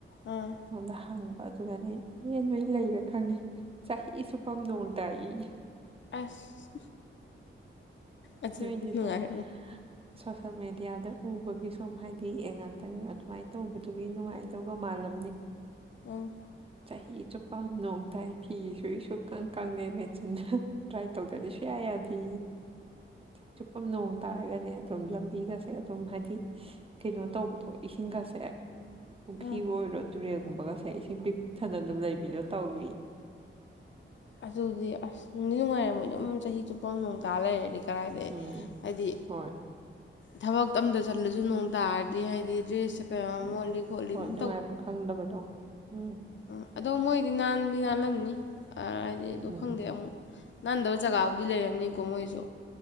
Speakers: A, on the left; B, on the right.
A: ꯑꯥ
B: ꯍꯗ ꯍꯪ ꯑꯗꯨꯅꯦ ꯑꯦ ꯅꯣꯏ ꯂꯩꯔꯦ ꯈꯪꯅꯤ ꯆꯍꯤ ꯁꯨꯞꯐꯝ ꯅꯣꯡ ꯇꯥꯏꯏꯌꯦ
A: ꯑꯁ ꯑꯗꯨ
B: ꯅꯣꯏꯗꯤ
A: ꯅꯨꯡꯉꯥꯏ
B: ꯁꯨꯝ ꯁꯣꯁꯦꯜ ꯃꯦꯗꯤꯌꯥꯗ ꯎꯕꯒꯤ ꯁꯨꯝ ꯍꯥꯏꯗꯤ ꯌꯦ ꯉꯥꯛꯇꯪ ꯑꯗꯨꯃꯥꯏꯅ ꯇꯧꯕꯗꯨꯒꯤ ꯅꯨꯡꯉꯥꯏꯗꯒ ꯃꯥꯜꯂ
A: ꯑꯥ
B: ꯆꯍꯤ ꯆꯨꯞꯄꯝꯅꯣꯡ ꯇꯥꯏ ꯐꯤ ꯁ ꯁꯨꯀꯪ ꯀꯪꯗꯦ ꯃꯦꯆꯤꯟꯅ ꯇ꯭ꯔꯥꯏ ꯇꯧꯗ꯭ꯔꯗꯤ ꯁꯌꯥꯏ ꯌꯥꯗꯦ ꯆꯨꯞꯄ ꯅꯣꯡ ꯇꯥꯔꯒꯅꯦ ꯑꯗꯨꯝ ꯂꯝꯕꯤꯒꯁꯦ ꯑꯗꯨꯝ ꯍꯥꯏꯗꯤ ꯀꯩꯅꯣ ꯇꯧꯕꯗꯣ ꯏꯁꯤꯡꯒꯁꯦ ꯄꯨ꯭ꯔꯤꯕꯨ
A: ꯑꯥ
B: ꯑꯣꯏꯔꯣ ꯇꯨꯔꯦꯜꯒꯨꯝꯕꯒꯁꯦ ꯏꯁꯤꯡ ꯄꯤꯛ ꯏꯊꯗ ꯑꯗꯨꯝ ꯂꯩꯕꯤꯗꯣ ꯇꯧꯋ
A: ꯑꯗꯨꯗꯤ ꯑꯁ ꯅꯨꯡꯗꯤ ꯅꯨꯡꯉꯥꯏꯔꯝꯃꯣꯏ ꯑꯗꯨꯝ ꯆꯍꯤ ꯆꯨꯞꯄ ꯑꯃ ꯅꯣꯡ ꯇꯥ ꯂꯩꯔꯦꯗꯒꯤ ꯀꯗꯥꯏꯗꯩ
B: ꯎꯝ
A: ꯍꯥꯏꯗꯤ
B: ꯍꯣꯏ
A: ꯊꯕꯛ ꯑꯝꯇ ꯆꯠꯂꯁꯨ ꯅꯣꯡ ꯇꯥꯔꯗꯤ ꯍꯥꯏꯗꯤ ꯗ꯭ꯔꯦꯁꯁꯦ ꯀꯌꯥꯝ
B: ꯎꯝ
A: ꯃꯣꯠꯂꯤ ꯈꯣꯠꯂꯤ
B: ꯍꯣꯏ
A: ꯑꯗꯨꯝ
B: ꯅꯨꯡꯉꯥꯏꯐꯝ ꯈꯪꯗꯕꯗꯣ ꯎꯝ
A: ꯎꯝ ꯑꯗꯣ ꯃꯣꯏꯗꯤ ꯅꯥꯟꯗꯤ ꯅꯥꯜꯂꯝꯅꯤ ꯍꯥꯏꯗꯤ ꯑꯗꯨ
B: ꯎꯝ
A: ꯈꯪꯗꯦ ꯑꯃꯨꯛ ꯅꯥꯟꯗꯕ ꯖꯒꯥꯕꯨꯗꯤ ꯂꯩꯔꯝꯅꯤꯀꯣ ꯃꯣꯏꯁꯨ